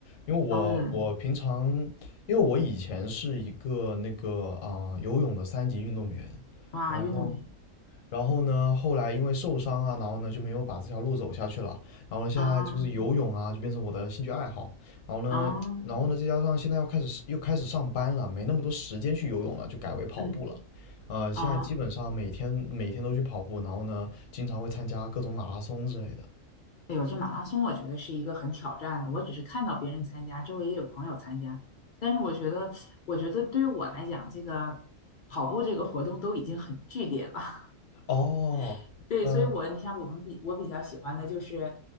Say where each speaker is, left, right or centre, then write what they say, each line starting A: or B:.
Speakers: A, on the left; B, on the left.
A: 因为我我平常，
B: 嗯，
A: 因为我以前是一个那个啊、游泳的三级运动员，
B: 哇，
A: 然后
B: 运动员
A: 然后呢，后来因为受伤啊，然后呢就没有把这条路走下去了。然后呢，现在就是游泳啊，
B: 啊
A: 就变成我的兴趣爱好。然后呢，
B: 啊
A: 然后呢，再加上现在要开始又开始上班了，没那么多时间去游泳了，就改为跑步了。
B: 嗯
A: 呃，现在基本上每天每天都去跑步，
B: 啊
A: 然后呢，经常会参加各种马拉松之类的。
B: 哎呦，这马拉松我觉得是一个很挑战的。我只是看到别人参加，周围也有朋友参加，但是我觉得，我觉得对于我来讲，这个跑步这个活动都已经很剧烈了。
A: 哦，
B: <laughs> 对，
A: 嗯、
B: 所以我，你像我们比我比较喜欢的就是，